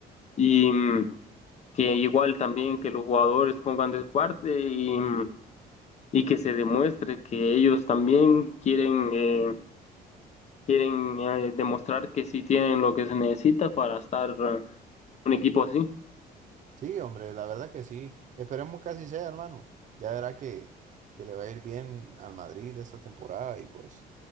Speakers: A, on the left; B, on the right.
A: y mm, que igual también que los jugadores pongan de su parte y, mm, y que se demuestre que ellos también quieren, eh, quieren eh, demostrar que sí tienen lo que se necesita para estar eh, un equipo así.
B: Sí, hombre, la verdad que sí. Esperemos que así sea, hermano. Ya verá que, que le va a ir bien al Madrid esta temporada y pues